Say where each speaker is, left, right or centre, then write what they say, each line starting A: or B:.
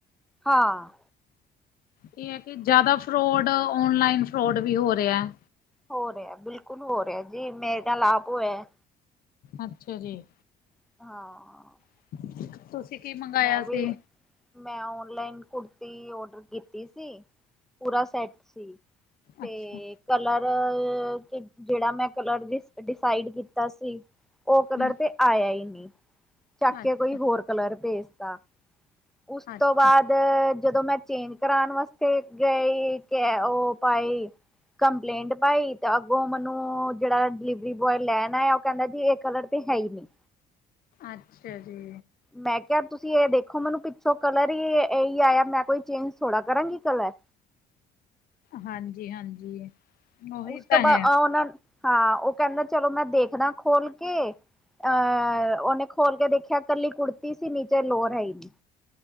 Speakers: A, in the centre; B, on the left.
A: ਹਾਂ
B: ਇਹ ਐ ਕਿ ਜਾਦਾ ਫਰੋਡ, ਔਨਲਾਈਨ ਫਰੋਡ ਵੀ ਹੋ ਰਿਆ।
A: ਹੋ ਰਿਹਾ ਬਿਲਕੁਲ ਹੋ ਰਿਹਾ ਜੀ ਮੇਰੇ ਨਾਲ ਆਪ ਹੋਇਆ।
B: ਅੱਛਾ ਜੀ।
A: ਹਾਂ
B: <inaudible>
A: ਮੈਂ ਵੀ
B: ਸੀ
A: ਮੈ ਓਨਲਾਈਨ ਕੁੜਤੀ ਓਡਰ ਕੀਤੀ ਸੀ, ਪੂਰਾ ਸੈੱਟ ਸੀ। ਤੇ
B: ਅੱਛਾ
A: ਕਲਰ ਤੇ ਕੇੜਾ ਮੈਂ ਕਲਰ ਡਿ ਡਿਸਾਈਡ ਕੀਤਾ ਸੀ ਓਹ ਕਲਰ
B: ਹਮ
A: ਤੇ ਆਇਆ ਈ ਨੀ ਚੱਕ ਕੇ
B: ਅੱਛਾ
A: ਕੋਈ ਹੋਰ ਕਲਰ ਭੇਜਤਾ। ਉਸ
B: ਅੱਛਾ
A: ਤੋਂ ਬਾਦ ਦ ਜਦੋਂ ਮੈਂ ਚੇਂਜ ਕਰਾਨ ਵਾਸਤੇ ਗਈ ਕ ਓਹ ਪਾਈ ਕੰਪਲੇਂਟ ਪਾਈ ਤੇ ਅੱਗੋਂ ਮੈਨੂੰ ਜੇੜਾ ਡਿਲੀਵਰੀ ਬੁਆਏ ਲੈਣ ਆਇਆ ਉਹ ਕਹਿੰਦਾ ਜੀ ਇਹ ਕਲਰ ਤੇ ਹੈ ਈ ਨੀ।
B: ਅੱਛਾ ਜੀ।
A: ਮੈਂ ਕਯਾ ਤੁਸੀਂ ਇਹ ਦੇਖੋ ਮੈਨੂੰ ਪਿੱਛੋਂ ਕਲਰ ਈ ਇਹੀ ਆਇਆ ਮੈਂ ਕੋਈ ਚੇਂਜ ਥੋੜ੍ਹਾ ਕਰਾਂਗੀ ਕਲਰ
B: ਹਾਂਜੀ- ਹਾਂਜੀ। ਉਹੀ
A: ਉਸ
B: ਤਾਂ
A: ਤੋਂ ਬਾਅਦ
B: ਹੈ
A: ਓਹ ਨਾ ਹਾਂ ਹ ਕੇਂਦਾ ਚਲੋ ਮੈਂ ਦੇਖਨਾ ਖੋਲ ਕੇ ਅਹ ਉਹਨੇ ਖੋਲ ਕੇ ਦੇਖਿਆ, ਕੱਲੀ ਕੁੜਤੀ ਸੀ, ਨੀਚੇ ਲੋਰ ਹੈ ਈ ਨੀ।